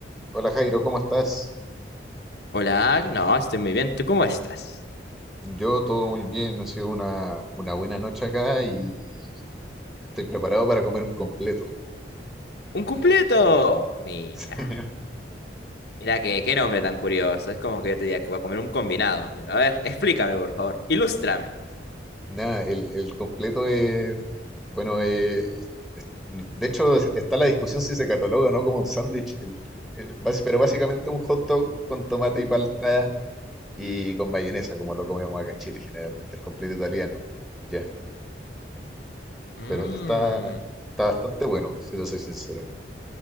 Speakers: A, in the centre; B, on the left (about 60°).
A: Hola Jairo, ¿cómo estás?
B: Hola, no, estoy muy bien. ¿Tú cómo estás?
A: Yo todo muy bien, ha sido una, una buena noche acá y estoy preparado para comer un completo.
B: ¡Un completo! Mira,
A: <laughs>
B: mira que, qué nombre tan curioso. Es como que yo te diga que voy a comer un combinado. Pero a ver, explícame, por favor. Ilústrame.
A: Nada, el, el completo es, bueno, eh, de hecho está la discusión si se cataloga o no como un sándwich, el- el bas- pero básicamente un hot dog con tomate y palta y con mayonesa, como lo comemos acá en Chile generalmente, el completo italiano. Ya,
B: Mmm,
A: pero está, está bastante bueno, si te soy sincero.